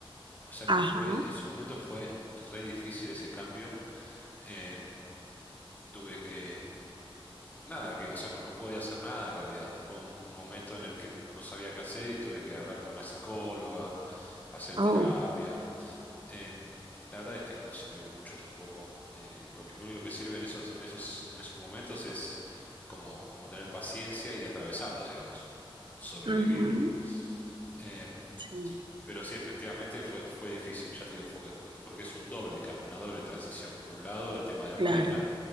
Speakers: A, on the left; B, on the right.
A: O sea que
B: ajá,
A: fue, en su momento fue re difícil ese cambio. Em, tuve que Nada, que, o sea, no, no podía hacer nada en realidad. Fue un, un momento en el que no sabía qué hacer y tuve que hablar con una psicóloga, hacer
B: oh,
A: terapia. Em, la verdad es que no me sirvió mucho tampoco. Eh, lo, lo único que sirve en esos, en esos, en esos momentos es como, como tener paciencia y atravesarlo, digamos, sobrevivirlo.
B: ujú,
A: Em,
B: sí,
A: pero sí, efectivamente fue, fue difícil, ya te digo, fue, fue- porque es un doble cambio, una doble transición. Por un lado, el tema de la
B: claro,
A: pareja